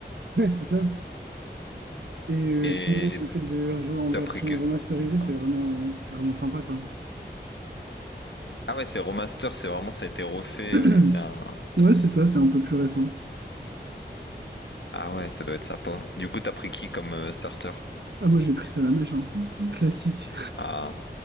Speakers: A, on the right (about 70°); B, on the left (about 80°).
A: Ouais, c'est ça. Et euh,
B: Et
A: puis, même le fait de rejouer en
B: t'as
A: version
B: pris que...
A: remasterisée, c'est
B: ouais.
A: vraiment, euh, c'est vraiment sympa, quoi.
B: Ah ouais, c'est remaster, c'est vraiment, ça a été refait,
A: <clears throat>
B: euh, c'est un...
A: Ouais, c'est ça, c'est un peu plus récent.
B: Ah ouais, ça doit être sympa. Du coup, t'as pris qui comme euh, starter?
A: Ah, moi, j'ai pris ça à la mèche, hein. Classique,
B: Ah,